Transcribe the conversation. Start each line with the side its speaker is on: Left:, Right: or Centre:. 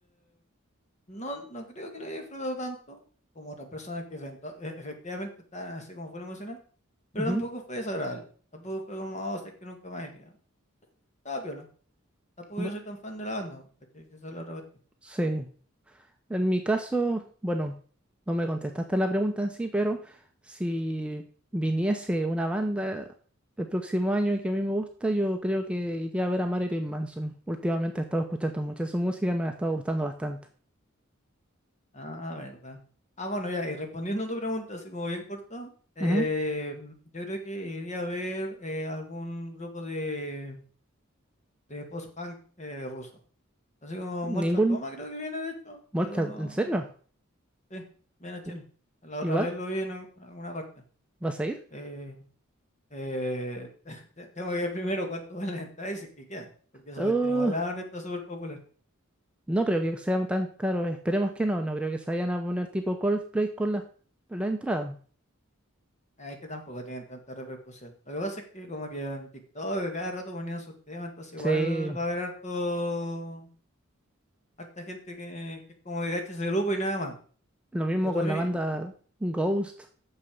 Left: no, no creo que lo haya disfrutado tanto como otras personas que efecto- e- efectivamente estaban así como full emocional, pero
Centre: Ujú.
Left: tampoco fue desagradable. Tampoco fue como, oh, sé que nunca más iría. Estaba viola. Tampoco
Centre: Bu-
Left: yo soy tan fan de la banda, ¿cachai? Esa es la otra cuestión.
Centre: Sí. En mi caso, bueno, no me contestaste la pregunta en sí, pero si viniese una banda el próximo año y que a mí me gusta, yo creo que iría a ver a Marilyn Manson. Últimamente he estado escuchando mucho su música, me ha estado gustando bastante.
Left: Ah, verdad. Ah, bueno, ya, y respondiendo a tu pregunta, así como bien corto, eh,
Centre: Ujú.
Left: yo creo que iría a ver eh, algún grupo de, de post-punk eh, ruso. Así como Molchat
Centre: Ningún
Left: Doma creo que viene, de hecho,
Centre: Molchat,
Left: pero no,
Centre: ¿en serio?
Left: sí, viene a Chile.
Centre: Uh,
Left: La
Centre: ¿Y
Left: otra
Centre: va?
Left: vez lo vi en al- alguna parte.
Centre: ¿Vas a ir?
Left: Eh, eh, <laughs> te- tengo que ver primero cuánto vale la entrada y si es que quedan, porque esa
Centre: Uh,
Left: cuestión igual ahora está súper popular.
Centre: no creo que sean tan caros. Esperemos que no. No creo que se vayan a poner tipo Coldplay con la, la entrada.
Left: Ah, Es que tampoco tienen tanta repercusión. Lo que pasa es que como que en TikTok cada rato ponían sus temas, entonces igual
Centre: Sí,
Left: va a haber harto, harta gente que, que es como que cacha ese grupo y nada más.
Centre: lo mismo
Left: Pero tú
Centre: con
Left: a mí,
Centre: la
Left: em,
Centre: banda Ghost.